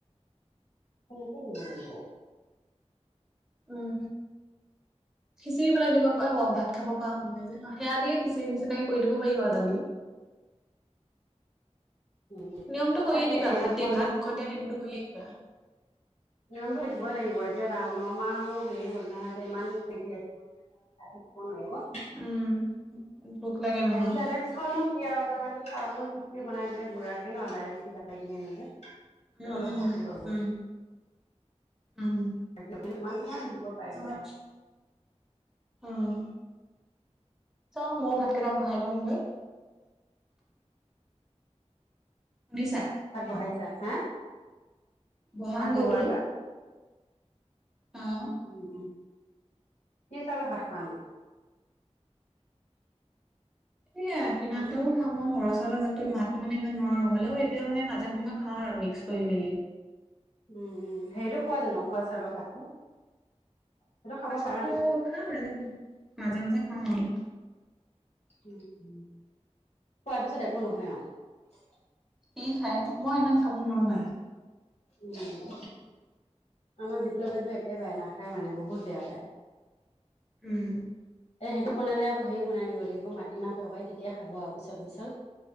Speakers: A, on the left; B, in the centre.
A: সনেকে দিব লাগিব।
B: উম, খিচিৰি বনাই দিব পাৰিব ভাত খাব সেয়া দিয়ে খিচিৰি নিচিনাকি কৰি দিব পাৰিবা আৰু দালি।
A: উম
B: নিয়মটো কৰিয়ে
A: তাকে
B: দিবা ভাত
A: দুখন
B: দিয়া ভাত মুখত দিয়া নিয়মটো কৰিয়ে দিবা।
A: নিয়মটো দিবই লাগিব এতিয়া ডাঙৰ নমাহো হেৰি হ'ল নহয় এতিয়া ইমান <unintelligible> খাই থাকিব নোৱাৰিব।
B: উম। ভোক লাগে নহয়।
A: চেৰলেক্সকণ নো কি আৰু তথাপিও চাহৰ লগত খিচিৰি বনাইডিলে গুৰাকে ন' দাইল কিবা কিবি এনেকে। তেওঁ
B: উম
A: অলপ
B: উম,
A: শক্তি পাব
B: উম, উম।
A: বাক অক ইমান সময় থাকিব পাৰেগৈ
B: যাওক
A: আৰু।
B: উম চাও ময়ো ভাতকেইটা বহাই লংগে। শুনিছা?
A: ভাত বঢ়াইছা হা।
B: বহাংগে
A: ভাত বহোৱাগৈ
B: বোলো। অ।
A: উম উম। কি চাউলৰ ভাত খোৱানো?
B: সেইয়া কিনান্তও
A: উম
B: খাওঁ মই ঘৰ ল মাহতো মানে ইমান নোৱাৰো হ'লেও এতিয়া মানে মাজে সময় খাওঁ আৰু মিক্স কৰি মেলি।
A: উম উম, সেইৰিটো খোৱা জানো উখুৱা চাউলৰ ভাতটো? সেইটো
B: উকা
A: খাব
B: চাউলটো
A: পাৰা নে?
B: খাও মাজ মাজে মাজে খাওঁ আও।
A: উ উ, খোৱাৰ পিছত একো নহয় আৰু।
B: টি খাই, মই ইমান খাব নোৱাৰো মানে।
A: উম, আমাৰ বিপ্লৱত একে বাৰে ন খাই মানে বহুত বেয়া পায়।
B: উম,
A: এ সেইটো বনালে আকৌ হেৰি বনাই দিব লাগিব মাটিমাহ টৰকাৰি তেতিয়া খাব আৰু পিছল পিছল।